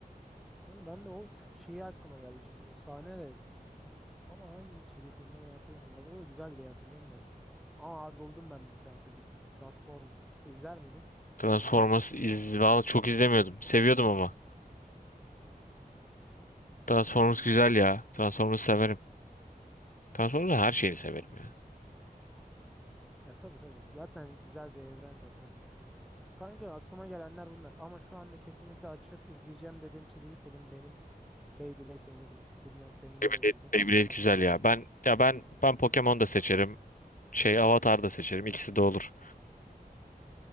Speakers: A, in the centre; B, on the left.
A: Kanka ben de o s- şeyi aklıma geldi şimdi o sahne de ama hangi çizgi filmde onu hatırlamıyorum. Bak o da güzel diye hatırlıyorum ben. Aa abi buldum ben bir tane çizgi film Transformers. İzler miydin?
B: Transformers iz Vallahi çok izlemiyordum. Seviyordum ama. Transformers güzel ya. Transformers severim. Transformers her şeyini severim ya.
A: Ya tabii tabii. Zaten güzel bir evren zaten. Kanka aklıma gelenler bunlar. Ama şu anda kesinlikle açıp izleyeceğim dediğim çizgi film benim Beyblade olurdu. Bilmiyorum senin
B: Beyblade,
A: ne olurdu.
B: Beyblade güzel ya. Ben ya ben ben Pokemon da seçerim. Şey Avatar da seçerim. İkisi de olur.